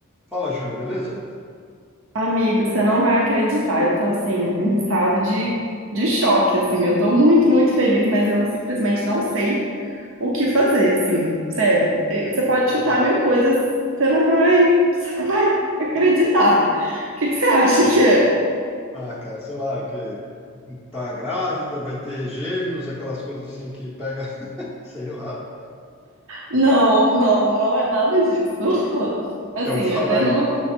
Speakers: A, in the centre; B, on the right.
A: Fala, Júlia, beleza?
B: Amigo, você não vai acreditar. Eu tô assim, em um estado de, de choque, assim. Eu tô muito, muito feliz, mas eu simplesmente não sei o que fazer, assim. Sério, Eh, você pode
A: É.
B: chutar mil coisas, você não vai, você não vai acreditar. O que que você acha que é?
A: Ah, cara, sei lá, porque tá grávida, vai ter gêmeos, aquelas coisas assim que pega, <laughs> sei lá.
B: Não, não, não é nada disso. <laughs> Assim,
A: Então fala
B: até
A: aí.
B: não.